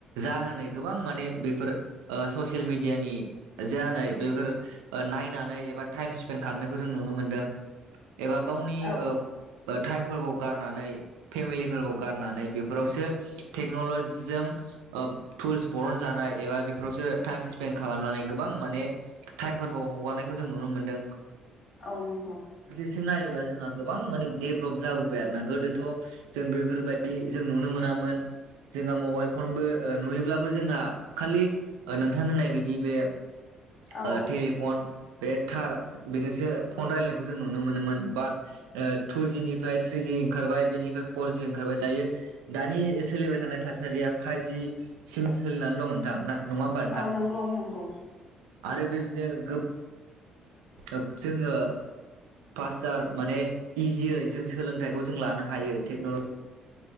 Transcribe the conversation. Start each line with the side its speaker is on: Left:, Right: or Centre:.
Right: जाहोनै गोबां माने बेफोर ओ ससियेल मेडिया नि जानाय बेफोर नायनानै एबा टाइम स्पेन खालामनायखौ जों नुनो मोनदों। एबा गावनि
Left: औ
Right: ओ ओ टाइमफोरखौ गारनानै फेमिलिफोरखौ गारनानै बेफोरावसो टेक्न'लजिजों ओ टुल्स बरनजानाय एबा बेफोरावसो टाइम स्पेन्ड खालामनानै गोबां माने टाइमफोरखौ हगारनायखौ जों नुनो मोनदों।
Left: औ नंगौ।
Right: नायोबा जोंहा गोबां माने डेभेलप जाबोबाय आरोना गोदोथ' जों बेफोर बायदि जों नुनो मोना मोन जोङा मबाइल फनबो ओ नुयोब्लाबो जोंहा खालि नोंथां होननाय बायदि बे बे
Left: औ
Right: टेलिफन बे थार बेजोंसो फन रायलायनायखौ जों नुनो मोनोमोन बाट टु जिनिफ्राय थ्रि जि ओंखार बेनिफ्राय फर जि ओंखार दायो दानि सोलिबाय थानाय थासारिया फाइभ जि सिम सोलिनानै दं नोंथां ना नङा होमबा नोंथां
Left: औ नंगौ नंगौ
Right: आरो बेबिदिनो गोब <unintelligible> जोङो फास्टार माने इजियै जों सोलोंथाइखौ जों लानो हायो टेक्न'लजि